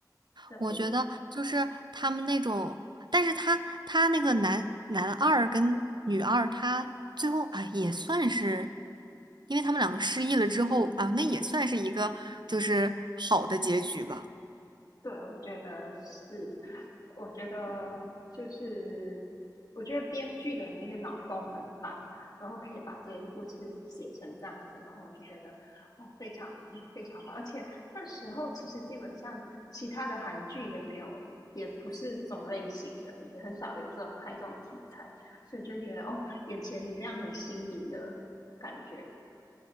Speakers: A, on the left (about 60°); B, on the right (about 80°).
A: 对，
B: 我觉得就是他们那种，但是他他那个男男二跟女二，他最后啊也算是，因为他们两个失忆了之后啊，那也算是一个就是好的结局吧。
A: 嗯。对，我觉得是，我觉得就是，我觉得编剧的那个脑洞很大，然后可以把这些故事写成这样子，然后我就觉得哦，非常非常棒。而且那时候其实基本上其他的韩剧也没有，也不是这种类型的，也很少有这种拍这种题材，所以就会觉得哦，眼前一亮，很新颖的感觉。